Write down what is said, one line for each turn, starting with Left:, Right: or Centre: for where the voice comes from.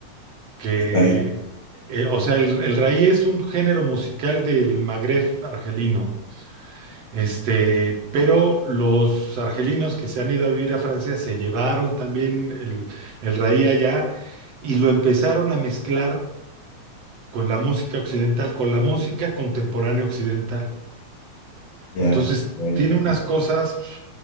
Right: que,
Left: Está ahí.
Right: eh, o sea, el, el raï es un género musical del Magreb argelino. Este, pero los argelinos que se han ido a vivir a Francia se llevaron también el, el raï allá y lo empezaron a mezclar con la música occidental, con la música contemporánea occidental.
Left: Ya,
Right: Entonces,
Left: ya, ya.
Right: tiene
Left: ya.
Right: unas cosas